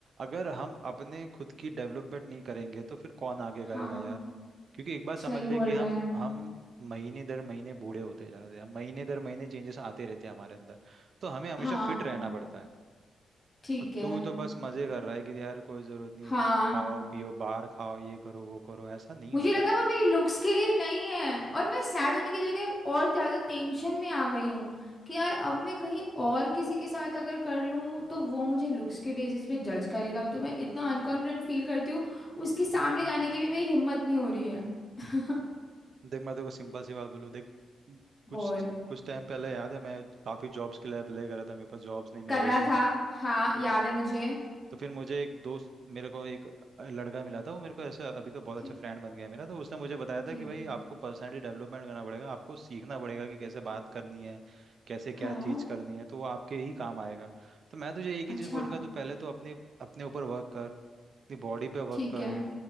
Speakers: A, on the right; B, on the left.
A: अगर हम अपने खुद की डेवलपमेंट नहीं करेंगे तो फिर कौन आगे करेगा
B: हाँ
A: यार क्योंकि एक बात
B: सही
A: समझ ले
B: बोल
A: कि हम
B: रहा है
A: हम महीने दर महीने बूढ़े होते जा रहे हैं महीने दर महीने चेंजेस आते रहते हैं हमारे अंदर तो हमें हमेशा
B: हाँ
A: फिट रहना पड़ता है
B: ठीक
A: और
B: है
A: तू तो बस मज़े कर रहा है कि यार कोई ज़रूरत नहीं
B: हाँ
A: खाओ पियो बाहर खाओ ये करो वो करो ऐसा नहीं
B: मुझे
A: होता
B: लगा
A: है
B: वो मेरी लुक्स के लिए नहीं है और मैं सैड होने की जगह अब और ज्यादा टेंशन में आ गई हूँ कि यार अब मैं कहीं और किसी के साथ अगर कर लूँ तो वो मुझे लुक्स के बेसिस पे जज करेगा अब तो मैं इतना अनकॉन्फिडेंट फील करती हूँ उसके सामने जाने की भी मेरी हिम्मत नहीं हो रही है <laughs>
A: देख मैं तेरे को सिंपल सी बात बोलूँ देख कुछ
B: बोल
A: कुछ टाइम पहले याद है मैं काफ़ी जॉब्स के लिए अप्लाई कर रहा था मेरे पास जॉब्स नहीं मिल
B: कर
A: रही
B: रहा
A: थी
B: था हाँ
A: हम्म,
B: याद है मुझे
A: तो फिर मुझे एक दोस्त मेरे को एक लड़का मिला था वो मेरे को ऐसा अभी तो बहुत अच्छा
B: ठीक
A: फ्रेंड बन गया है मेरा तो उसने मुझे बताया
B: ठीक
A: था कि भाई
B: है
A: आपको पर्सनैलिटी डेवलपमेंट करना पड़ेगा आपको सीखना पड़ेगा कि कैसे बात करनी है कैसे क्या
B: हाँ
A: चीज़ करनी है तो वो आपके ही काम आएगा तो मैं तुझे एक ही
B: अच्छा
A: चीज़ बोलूंगा तू पहले तो अपने अपने ऊपर वर्क कर अपनी बॉडी पे वर्क
B: ठीक
A: कर
B: है